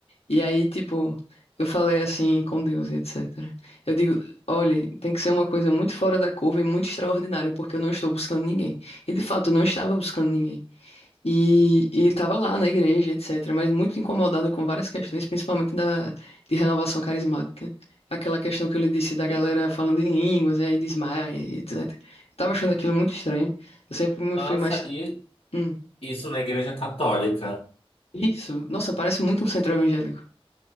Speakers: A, on the left (about 85°); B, on the left (about 65°).
A: E aí, tipo, eu falei assim com Deus e etc. Eu digo, olha, tem que ser uma coisa muito fora da curva e muito extraordinária, porque eu não estou buscando ninguém. E de fato, eu não estava buscando ninguém. E, e estava lá na igreja, etc., mas muito incomodada com várias questões, principalmente da, de renovação carismática. Aquela questão que eu lhe disse da
B: Sim.
A: galera falando em línguas, e aí desmaia, e etc. Eu tava achando aquilo muito estranho. Eu sempre me
B: Nossa,
A: fui mais.
B: e
A: Hum,
B: isso na igreja católica.
A: isso. Nossa, parece muito um centro evangélico.